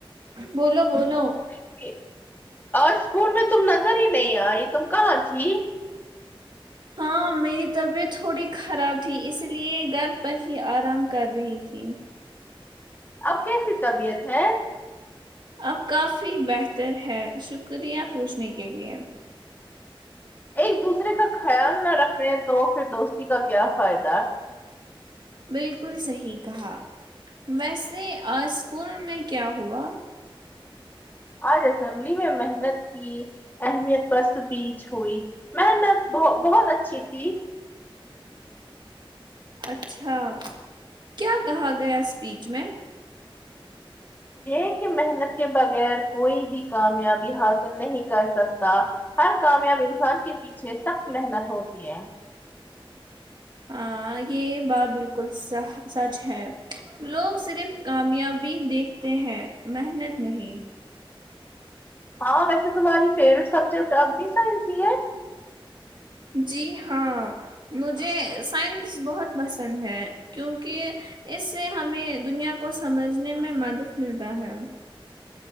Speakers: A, on the right (about 55°); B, on the left (about 20°).
A: بولو بولو
B: ک آج اسکول میں تم نظر ہی نہیں آئی تم کہاں تھی
A: ہاں میری طبیعت تھوڑی خراب تھی اس لیے گھر پر ہی آرام کر رہی تھی
B: اب کیسی طبیعت ہے
A: اب کافی بہتر ہے شکریہ پوچھنے کے لیے
B: ایک دوسرے کا خیال نہ رکھے تو پھر دوستی کا کیا فائدہ
A: بالکل صحیح کہا ویسے آج اسکول میں کیا ہوا
B: آج اسمبلی میں محنت ی کی اہمیت پرس بیچ ہوئی محنت ب بہت اچھی تھی
A: اچھا کیا کہا گیا اسپیچ میں
B: یہ کہ محنت کے بغیر کوئی بھی کامیابی حاصل نہیں کر سکتا ہر کامیاب انسان کے پیچھے سخت محنت ہوتی ہے
A: ہ یہ بات بالکل سہہ سچ ہے لوگ صرف کامیابی دیکھتے ہیں محنت نہیں
B: ہاں ویسے تمہاری فیورٹ سبجیکٹ اب بھی سائنس ہی ہے
A: جی ہاں مجھے سائنس بہت پسند ہے کیونکہ اس سے ہمیں دنیا کو سمجھنے میں مدد ملتا ہے